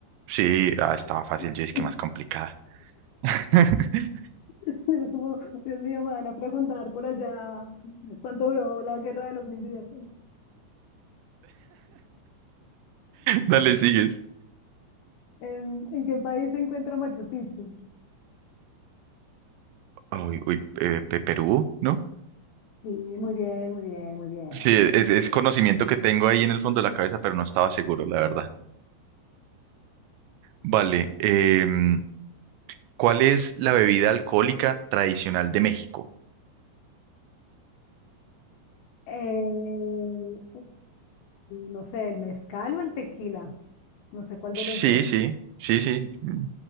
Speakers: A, on the right; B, on the left.
A: Sí, ah, estaba fácil,
B: ¿Sí?
A: yo es que
B: <laughs>
A: más complicada. <laughs>
B: Es como, Dios mío, me van a preguntar por allá cuánto duró la guerra de los mil días.
A: Dale, sigues.
B: ¿En, en qué país se encuentra Machu Picchu?
A: Uy, uy, eh, Pe- Perú, ¿no?
B: Sí, muy bien, muy bien, muy bien.
A: Sí, es, es conocimiento que tengo ahí en el fondo de la cabeza, pero no estaba seguro, la verdad. Vale, em, ¿cuál es la bebida alcohólica tradicional de México?
B: Eh, uh, no sé, ¿el mezcal o el tequila? No sé cuál
A: Sí,
B: de los dos.
A: sí, sí, sí. mm,